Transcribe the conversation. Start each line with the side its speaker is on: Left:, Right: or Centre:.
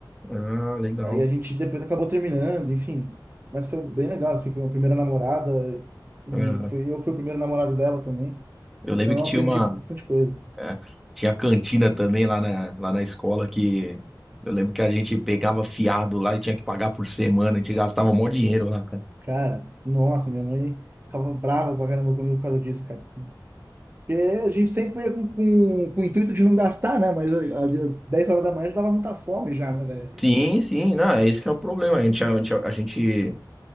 Centre: Ah, legal.
Right: Aí a gente depois acabou terminando, enfim. Mas foi bem legal, assim, foi minha primeira namorada e
Centre: Aham.
Right: foi, eu fui o primeiro namorado dela também.
Centre: Eu lembro
Right: Então
Centre: que
Right: eu
Centre: tinha
Right: aprendi
Centre: uma.
Right: bastante coisa.
Centre: é, tinha cantina também lá na, lá na escola que. Eu lembro que a gente pegava fiado lá e tinha que pagar por semana. A gente gastava mó dinheiro lá, cara.
Right: Cara, nossa, minha mãe ficava brava pra caramba comigo por causa disso, cara. Porque a gente sempre ia com, com, com o intuito de não gastar, né? Mas ali às 10 horas da manhã já dava muita fome já, né, velho?
Centre: Sim, sim, não, é isso que é o problema. A gente, a gente, a gente